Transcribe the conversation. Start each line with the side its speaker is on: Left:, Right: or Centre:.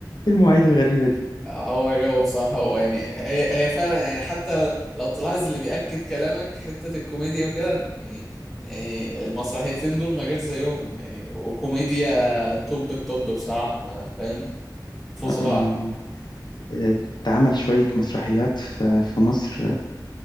Left: ايه المواعيد الغريبة دي
Centre: هو جو بصراحة هو يعني هي هي فعلا يعني حتى لو تلاحظ اللي بيأكد كلامك حتة الكوميديا وكده يعني يعني المسرحيتين دول ما جاش زيهم يعني وكوميديا توب التوب بصراحة ما فاهم فظاع
Left: لا أم، آه، اتعمل شوية مسرحيات في في مصر